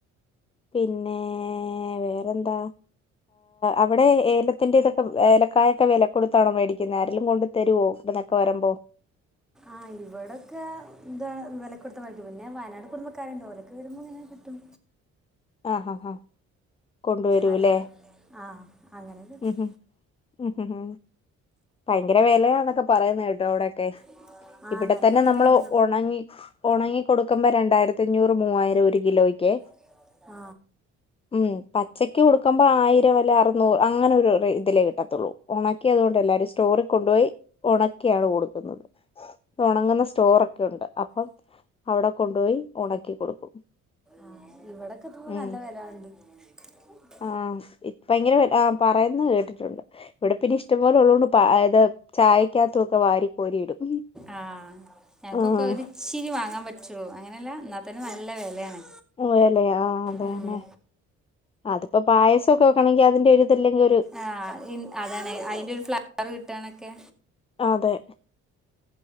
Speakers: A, on the left; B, in the centre.
A: പിന്നെ വേറെന്താ അവിടെ ഏലത്തിന്റെറ ഇതൊക്കെ ഏലക്കായൊക്കെ വില കൊടുത്തണം മേടിക്കുന്ന ആരിലും കൊണ്ട് തരുവോ ഗൾഫ്ന്നൊക്കെ വരുമ്പോ
B: ആ ഇവിടെക്കെ എന്താ ഇന്നലെ കൊടുത്ത പിന്നെ വയനാട് കുടുംബക്കാരുണ്ട് ഓലക്കെ വരുമ്പോ ഇങ്ങനെ കിട്ടും
A: ആഹഹാ ഹാ കൊണ്ടു വരൂല്ലേ
B: അൽ- ആ അങ്ങനെ കിട്ടും
A: ഉം ഹ് ഉം ഹ് ഹ് ഭയങ്കര പി വിലയാന്നൊക്കെ പറയുന്നത് കേട്ടു അവിടെക്കെ
B: <inaudible>
A: ഇവിടെ തന്നെ
B: വിലയാണ്
A: നമ്മള് ഒണങ്ങി ഒണങ്ങി കൊടുക്കുമ്പോ രണ്ടായിരത്തി അഞ്ഞൂറ് മൂവായിരം ഒരു കിലോയ്ക്ക്
B: <unintelligible>
A: ഉം പച്ചക്ക് കൊടുക്കുമ്പോ ആയിരം അല്ലേ അറുനൂറ് അങ്ങനെ ഒരു റേ ഇതിലേ കിട്ടൂ അത്രോ ഉമ്മക്ക് അതോണ്ട് എല്ലാരേം സ്റ്റോറി കൊണ്ടോയി ഒണക്കിയാണ് കൊടുക്കുന്നത് അപ്പോ ഒണങ്ങുന്നത് സ്റ്റോറൊക്കെയുണ്ട് അപ്പ അവിടെ കൊണ്ടുപോയി ഒണക്കി കൊടുക്കും
B: ആഹ് ഇവിടെക്കെപ്പ
A: ഉം
B: നല്ല വെല കാണ് ണ്ട്
A: ആഹ് ഭയങ്കര വെ പറയുന്നത് കേട്ടിട്ടുണ്ട് ഇവിടെ പിന്നെ ഇഷ്ടംപോലെ ഉള്ളതുകൊണ്ട് പ ആയത് ചായക്കകത്തക്ക വാരി കോരിയിടും
B: ആഹ് ഞങ്ങക്കൊക്കെ
A: ആഹ്
B: ഒരിച്ചിരി വാങ്ങാൻ പറ്റുള്ളൂ അങ്ങനെല്ല ന്നാ തന്നെ നല്ല വിലയാണ്
A: ഓ അല്ലെ ആഹ് അതെന്നെ
B: ഉം.
A: അതിപ്പോ പായസൊക്കെ വെക്കണെങ്കിൽ അതിന്റെ ഒരു ഇതില്ലെങ്കി
B: ആ്ഹ് അതാണ് അയിന്റെ ഒരു ഫ്ലവർ കിട്ടാനൊക്കെ
A: അതെ